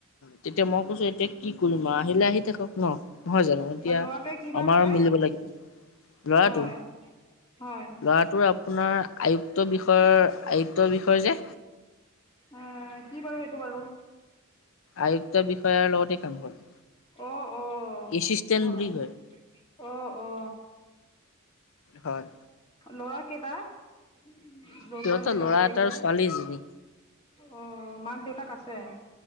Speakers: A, on the left; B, on the left.
A: তেতিয়া মই কৈছো এতিয়া কি কৰিম আৰু আহিলে আহি থাকক ন। নহয় জানো এতিয়া
B: ল'ৰাটোৱে কিবা
A: আমাৰো
B: কৰে
A: মিলিব লাগিব। ল'ৰাটো?
B: হয় হয়
A: ল'ৰাটোৰ আ পোনাৰ আয়ুক্ত বিষয়ৰ আয়ুক্তৰ বিষয় যে
B: অ কি বাৰু সেইটো বাৰু
A: আয়ুক্তৰ বিষয়াৰ লগতে কাম কৰে।
B: অ অ।
A: এচিষ্টেণ্ট
B: হয়,
A: বুলি কয়।
B: অ অ।
A: হয়।
B: ল'ৰা কেইটা? যৰ
A: সিহঁতৰ
B: পৰা সেই ল'ৰাটো
A: ল'ৰা
B: আহিছে?
A: এটা আৰু ছোৱালী এজনী
B: অ মাক দেউতাক আছে?